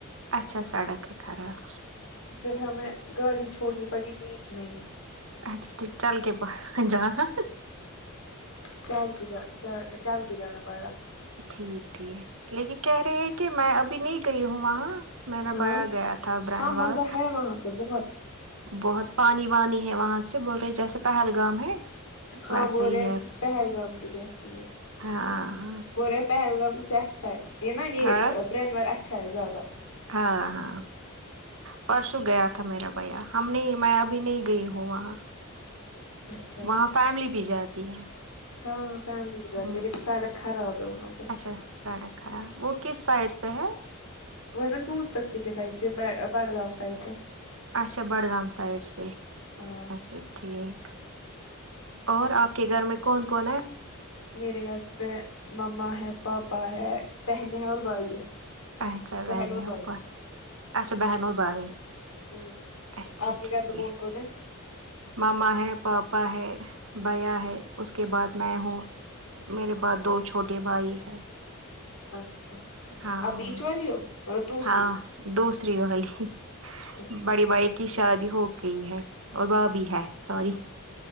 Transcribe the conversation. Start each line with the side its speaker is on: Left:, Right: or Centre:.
Right: اچھا سڑک ہے خراب
Left: پھر ہمیں گاڑی چھوڑنی پڑی بیچ میں
Right: اچھا ٹھیک چل کے باہر جانا
Left: ا <unintelligible> چل کے جانا پڑا
Right: ٹھیک ٹھیک لیکن کہہ رہی ہے کہ میں ابھی نہیں گئی ہوں وہاں میں ن
Left: ہاں
Right: باہر گیا تھا برن
Left: ہاں
Right: وال
Left: مزہ ہے وہاں پہ بہت
Right: بہت پانی وانی ہے وہاں سے بول رہے جیسے پہلگام ہے
Left: ہاں
Right: ویسے
Left: بول
Right: ہی
Left: رہے
Right: ہے
Left: پہلگام کی جیسی ہے
Right: ہاں ہاں
Left: وہ رہے پہلگام اس سے اچھا ہے یہ نا یہ
Right: ہاں
Left: برینور اچھا ہے زیادہ
Right: ہاں ہاں پرسوں گیا تھا میرا بھیا ہم نہیں میں ابھی نہیں گئی ہوں وہاں
Left: اچھا
Right: وہاں فیملی بھی جاتی ہے
Left: ہاں فیملی بھی جاتی
Right: ہ
Left: ہے لیکن سڑک خراب ہے وہاں پہ
Right: اچھا سڑک خراب ہے وہ کس سائڈ سے ہے
Left: وہ نا دودھ پتریکے سائیڈ سے بڑگام سائیڈ سے
Right: اچھا بڈگام سائڈ سے
Left: ہاں
Right: اچھا ٹھیک اور آپ کے گھر میں کون کون ہے
Left: میرے گھر پہ مما ہے پاپا ہے بہن ہیں اور بھائی ہے
Right: اچھا
Left: بہن
Right: بہنیں
Left: اور
Right: اوپر
Left: بھائی
Right: اچھا بہن اور بھائی
Left: ہوں
Right: اچھا
Left: آپ کے
Right: ٹھیک
Left: گھر پر کون کون ہے
Right: ماما ہے پاپا ہے بھیا ہے اس کے بعد میں ہوں میرے بعد دو چھوٹے بھائی ہیں
Left: اچھا
Right: ہاں
Left: آپ بیچ والی ہو دوسری
Right: ہاں دوسری والی
Left: اچھا
Right: بڑی بھائی کی شادی ہو گئی ہے اور بھابھی ہے سوری